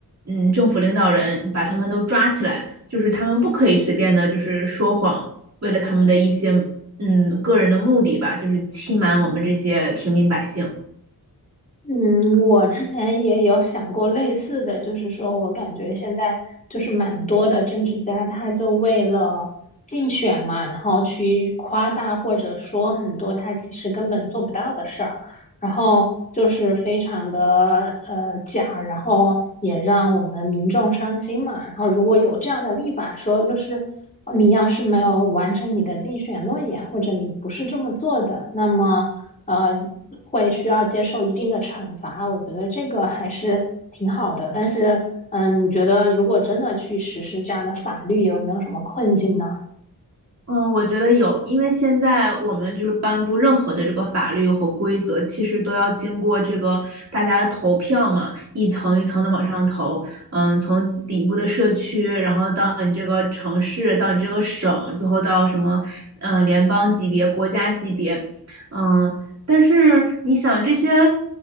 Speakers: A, on the right; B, on the left.
A: 嗯政府领导人，把他们都抓起来，就是他们不可以随便的，就是说谎，为了他们的一些嗯个人的目的吧，就是欺瞒我们这些平民百姓。
B: 嗯，我之前也有想过类似的，就是说我感觉现在就是蛮多的政治家，他就为了竞选嘛，然后去夸大或者说很多他其实根本做不到的事儿，然后就是非常的呃假，然后也让我们民众伤心嘛。然后如果有这样的立法说，就是呃你要是没有完成你的竞选诺言，或者你不是这么做的，那么。呃，会需要接受一定的惩罚，我觉得这个还是挺好的。但是，嗯，你觉得如果真的去实施这样的法律，有没有什么困境呢？
A: 嗯，我觉得有，因为现在我们就是颁布任何的这个法律和规则，其实都要经过这个大家的投票嘛，一层一层的往上投。嗯，从底部的社区，然后到你这个城市，到你这个省，最后到什么，嗯、联邦级别、国家级别，嗯。但是你想这些